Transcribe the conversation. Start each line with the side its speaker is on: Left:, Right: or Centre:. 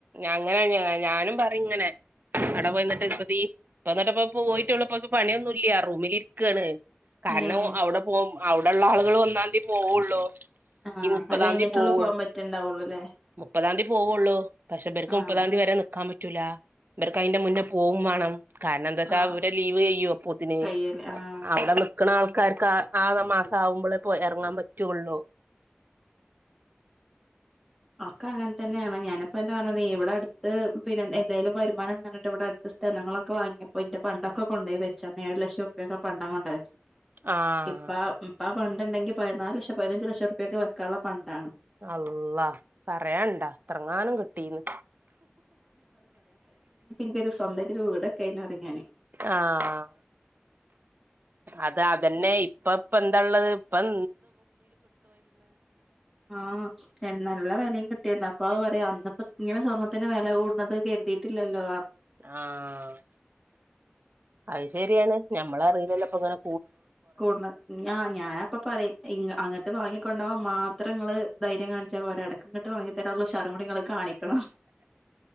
Right: അങ്ങനെ ഞാനും പറയും ഇങ്ങനെ. അവിടെ പോയിന്നിട്ട് ഇപ്പ തീ ഇപ്പ എന്നിട്ട് പ്പോ പോയിട്ടൊള്ളു പണിയൊന്നും ഇല്ല റൂമിൽഇരിക്കാണ്. കാരണം
Centre: ഏഹ്
Right: അവിടെ പോ അവിടെള്ള ആളുകൾ ഒന്നാംന്തി പോവൊള്ളൂ.
Centre: ആഹ്
Right: ഈ മുപ്പതാം
Centre: അത് കഴിഞ്ഞിട്ടുള്ളൂ
Right: തീ പോവൊള്ളു.
Centre: പോകാൻ പറ്റുണ്ടാവുള്ളൂല്ലേ
Right: മുപ്പതാംതി പോവുള്ളൂ പക്ഷേ ഇപർക്ക്
Centre: ആഹ്
Right: മുപ്പതാം തിയതി വരെ നി കാ പറ്റൂല ഇപർക്ക് അതിന്റെ മുന്നേ പോവേം വേണം കാരണം എന്താ വച്ചാ
Centre: ആഹ്
Right: അവരെ ലീവ് കയ്യും അപ്പേത്തിന്
Centre: കയ്യല് ആഹ്
Right: അവിടെ നി നിക്കണ ആൾക്കാർക്ക് ആറ് മാസം ആകുമ്പോളേക്ക് ഇറങ്ങാൻ പറ്റുള്ളു
Centre: ആക്ക് അങ്ങനെ തന്നെയാണ് ഞാനി പ്പം പറിണത് ഇവിടെ അടുത്ത് പിന്നെ എന്തായാലും വരുമാനന്ന് പറഞ്ഞിട്ട് ഇവിടെ അടുത്ത സ്ഥല ഞങ്ങളൊക്കെ വാങ്ങയിപ്പോ ഇതിന്റെ പണ്ടൊക്കെ കൊണ്ട് പോയി വെച്ചന്ന ഏഴ ലക്ഷം രൂപൊക്കെ പണ്ടം കൊണ്ട
Right: ആഹ്
Centre: ഇപ്പ ഇപ്പ ആ പണ്ട ഇണ്ടെങ്കിൽ പതിനാല് ലക്ഷം പതിനഞ്ച് ലക്ഷം രൂപൊക്കെ വെക്കാനുള്ള പണ്ടാണ്
Right: അ അളാ പറയണ്ടാ ഇത്രങ്ങാനും കിട്ടീന്ന്
Centre: എ ഒരു സ്വന്തായിട്ട് ഒരു വീടൊക്കാ യിന്ന് പറഞ്ഞാന്
Right: ആഹ് അത് അതന്നെ ഇപ്പ ഇപ്പ എന്താ ള്ളത് ഇപ്പം
Centre: ആഹ് നല്ല വെലയും കിട്ടും കിട്ടിന്ന് അപ്പ പറയാ അന്നപ്പോ ഇങ്ങനെ സ്വർണ്ത്തിന് വില കൂടുന്നത് കരുതിയിട്ടില്ലല്ലോ
Right: ആഹ് അത് ശരിയാണ് ഞമ്മള് അറിയതല്ല ഇപ്പങ്ങനെ
Centre: കൂട്ണത്. ഞാ ഞാനപ്പ പറയും അങ്ങട്ട് വാങ്ങിക്കൊണ്ടവാൻ മാ ത്രങ്ങള് ധൈര്യം കാണിച്ചാൽ പോര എടക്ക് ഇങ്ങട് വാങ്ങി തരാനുള്ള ഉഷാറും കൂടി ഇങ്ങള് കാണിക്കണം